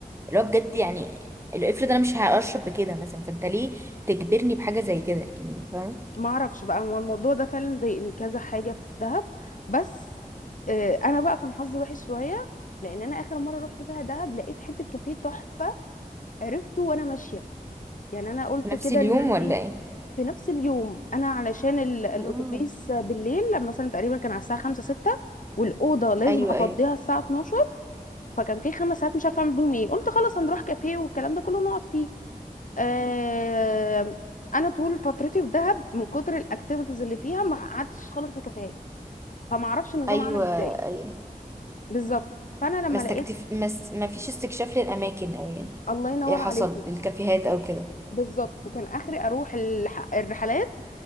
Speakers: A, on the right; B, on the left.
A: اللي هو بجد يعني اللي افرض انا مش هشرب بكده مثلا فانت ليه تجبرني بحاجه زي كده يعني فاهم
B: ما اعرفش بقى هو الموضوع ده فعلا ضايقني كذا حاجه في دهب بس آه، انا بقى كان حظي وحش شويه لان انا اخر مره رحت فيها دهب لقيت حته كافيه تحفه عرفته وانا ماشيه يعني انا قلت
A: في نفس
B: كده
A: اليوم
B: ان انا
A: ولا
B: ايه
A: ايه
B: في نفس اليوم انا علشان ال- الاتوبيس
A: اه
B: بالليل لما مثلا تقريبا كان على الساعه 5 6 والاوضه لازم
A: ايوه
B: افضيها
A: ايوه
B: الساعه 12 فكان في خمس ساعات مش عارفه اعمل بيهم ايه قلت خلاص هنروح كافيه والكلام ده كله نقعد فيه آه، انا طول فترتي في دهب من كتر الاكتيفيتيز اللي فيها ما قعدتش خالص في كافيهات فما اعرفش النظام
A: ايوه
B: عمل ازاي
A: ايوه
B: بالظبط فانا لما
A: ما استكتف
B: لقيت
A: ما, س... ما فيش استكشاف للاماكن او يعني
B: الله ينور
A: ايه حصل
B: عليكي
A: للكافيهات او كده
B: بالظبط كان اخري اروح الح- الرحلات